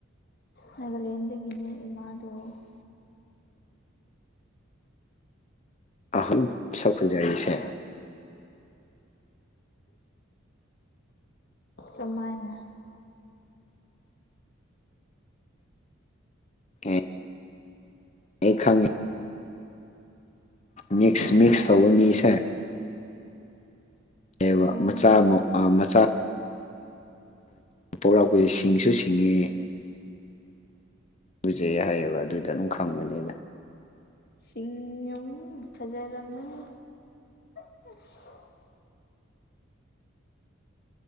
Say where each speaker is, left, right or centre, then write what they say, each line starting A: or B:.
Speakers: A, on the left; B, on the left.
A: ꯅꯒꯥꯂꯦꯟꯟꯗꯒꯤꯅꯦ ꯏꯃꯥꯗꯨꯣ
B: ꯑꯍꯟ ꯁꯛ ꯐꯖꯔꯤꯁꯦ꯫
A: ꯀꯃꯥꯏꯅ
B: ꯎꯝ ꯑꯩ ꯈꯪꯉꯦ꯫ ꯃꯤꯛꯁ ꯃꯤꯛꯁ
A: ꯎꯝ
B: ꯇꯧꯕ ꯃꯤꯁꯦ ꯀꯩꯕ
A: ꯎꯝ
B: ꯃꯆꯥ ꯃ ꯃꯆꯥ ꯄ‌ꯣꯛꯔꯛꯄꯁꯦ ꯁꯤꯡꯁꯨ ꯁꯤꯡꯉꯦ ꯎꯨꯖꯩ ꯍꯥꯏꯌꯦꯕ ꯑꯗꯨꯗ ꯑꯗꯨꯝ ꯈꯪꯕꯅꯤꯗ
A: ꯁꯤꯅꯤ ꯍꯧꯅ ꯐꯖꯔꯝꯕꯅꯤ <unintelligible>